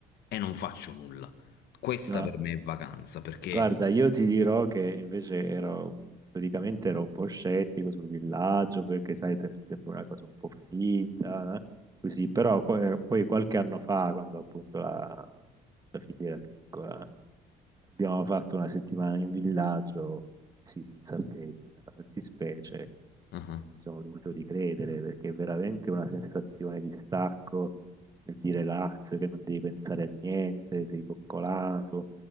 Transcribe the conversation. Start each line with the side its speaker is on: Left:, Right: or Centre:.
Left: e non faccio nulla. Questa
Right: No,
Left: per me è vacanza perché
Right: Guarda, io ti dirò che invece ero, storicamente ero un po' scettico sul villaggio perché, sai, se- ti sembra una cosa un po' finta, no? Così, però poi poi qualche anno fa, quando appunto la, la figlia era piccola, abbiamo fatto una settimana in villaggio, sì, in Sardegna, nella fattispecie,
Left: ah,
Right: e mi sono dovuto ricredere perché è veramente una sensazione di stacco, e di relax, che non devi pensare a niente, sei coccolato.